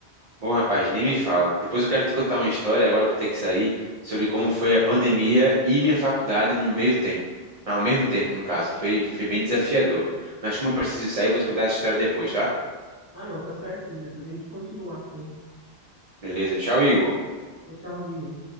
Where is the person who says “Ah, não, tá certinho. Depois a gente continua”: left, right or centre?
Right